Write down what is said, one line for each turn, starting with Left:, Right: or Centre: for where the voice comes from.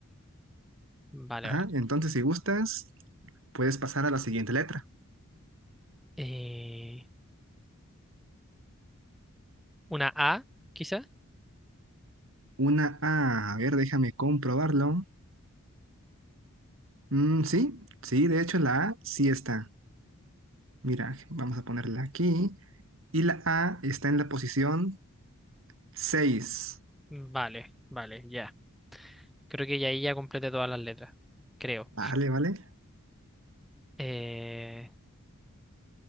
Centre: Vale,
Right: Ajá,
Centre: vale.
Right: entonces si gustas, puedes pasar a la siguiente letra.
Centre: Eh, una a, quizá.
Right: Una A, a ver, déjame comprobarlo. Mm, sí, sí, de hecho la A sí está. Mira, vamos a ponerla aquí. Y la A está en la posición 6.
Centre: Vale, vale, ya. Creo que ya ahí ya completé todas las letras. Creo.
Right: Vale, vale.
Centre: Eh,